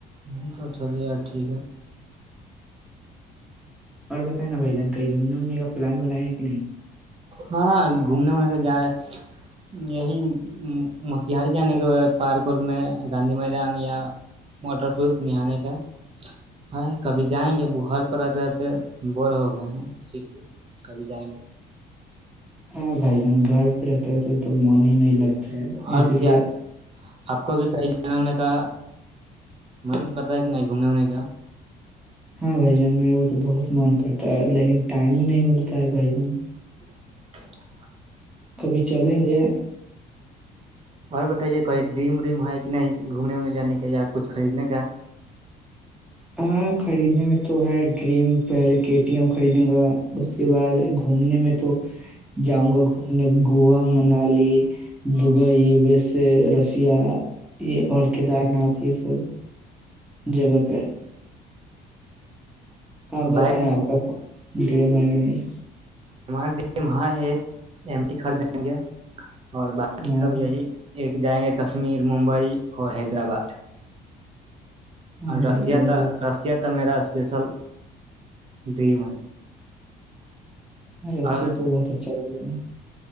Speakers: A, on the right; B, in the centre.
A: ہ تو اچھا تو یار ٹھیک ہے
B: اور بتائیں نا بھائی جان کہیں گھومنے وومنے کا پلان بنایا ہے کہ نہیں
A: ہاں گھومنے وومنے کا جائے یہی موتہاری جانے کا پارک وورک میں گاندھی میدان یا واٹر پروف نہ آانے کا ہےاں کبھی جائیں گے وہ گھر پر رہتے رہتے بور ہو گئے ہیں اسی لیے کبھی جائیں گے
B: ہاں بھائی جان گھر پہ رہتے رہتے تو من ہی نہیں لگتا ہے
A: اور
B: اسی
A: کیا
B: لیے
A: آپ کو بھی کئی جن ہونے کا منن کرتا ہے کہ نہیں گھومنے ونے کیا
B: ہاں بھائی جان میرے کو تو بہت من کرتا ہے لیکن ٹائم ہی نہیں ملتا ہے بھائی جان
A: <inaudible>
B: کبھی چلیں گے
A: اور بتائیے کہئی ڈریم ڈریم ہے کہ نہیں گھومنے ونے جانے کا یا کچھ خریدنے کا
B: ہاں خریدنے میں تو ہے ڈریم پہلے کے ٹی ایم خریدوں گا اس کے بعد گھومنے میں تو جاؤں گا گھومنے Goa Manali Dubai U S A Russia یہ اور کیدار ناتھ یہ سب جگہ پہ آپ
A: بائک
B: بتائیں
A: میں
B: آپ کا ڈریم ہے کہ نہیں
A: ہمارے ڈاں ایک ایم ٹی خریدیں گے اور باقی
B: ہاں
A: سب یہی ایک جائیں گے کشمیر ممبئی اور حیدرآباد
B: ہاں
A: اور
B: بھائی
A: رشیا
B: جان
A: تھا
B: واہ
A: رشیا تو میرا اسپیشل ڈریم ہے
B: ہاں رسی
A: اور
B: یہ تو بہت اچھا جگہ ہے